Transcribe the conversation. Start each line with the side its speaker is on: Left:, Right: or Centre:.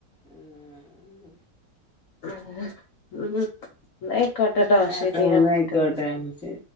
Centre: ആഹ്
Left: ഉ ഉ ന്നായിക്കോട്ടെട്ടോ
Centre: ആ
Left: ശരി
Centre: ആ
Left: ഞാൻ
Centre: എന്നാ
Left: വിളിക്കണ്ട്
Centre: ആയിക്കോട്ടെ ശരി